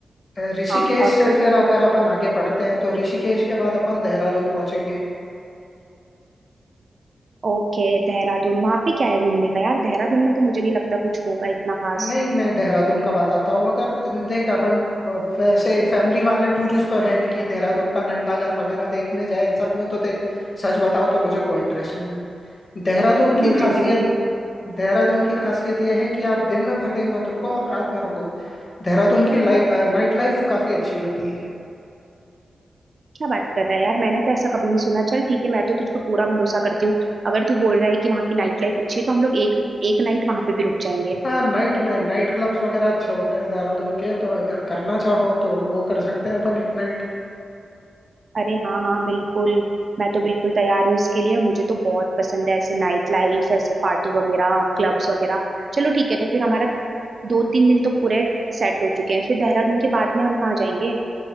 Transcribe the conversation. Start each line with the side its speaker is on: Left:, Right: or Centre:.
Left: अ, ऋषिकेश
Right: हाँ और
Left: से
Right: फिर
Left: फिर अगर अपन आगे बढ़ते हैं तो ऋषिकेश के बाद अपन देहरादून पहुंचेंगे
Right: ओके देहरादून वहां पे क्या है घूमने का यार देहरादून में तो मुझे नहीं लगता कुछ होगा इतना खास
Left: नहीं मैं देहरादून का बताता हूँ अगर देख अपन अ, वैसे फैमिली वाले टूरिस्ट तो है नहीं कि देहरादून का घंटाघर वगैरह देखने जाए इन सब में तो देख सच बताऊं तो मुझे कोई इंटरेस्ट नहीं है देहरादून की
Right: मुझे
Left: खासियत
Right: भी नहीं
Left: देहरादून की खासियत यह है कि आप दिन में भले ही मत रुको आप रात में रुको देहरादून की नाइट लाइफ काफी अच्छी होती है
Right: क्या बात कर रहा है यार मैंने तो ऐसा कभी नहीं सुना चल ठीक है मैं तो तुझ पे पूरा भरोसा करती हूँ अगर तू बोल रहा है कि वहाँ की नाइट लाइफ अच्छी है तो हम लोग एक एक नाइट वहां पे भी रुक जाएंगे
Left: हाँ नाइट में नाइट क्लब्स वगैरह अच्छे होते हैं देहरादून के तो अगर करना चाहो तो वो कर सकते हैं अपन एक नाइट
Right: अरे हाँ हाँ बिल्कुल मैं तो बिल्कुल तैयार हूँ इसके लिए मुझे तो बहुत पसंद है ऐसे नाइट लाइफ ऐसे पार्टी वगैरह क्लब्स वगैरह चलो ठीक है तो फिर हमारा दो तीन दिन तो पूरे सेट हो चुके हैं फिर देहरादून के बाद में हम कहाँ जाएंगे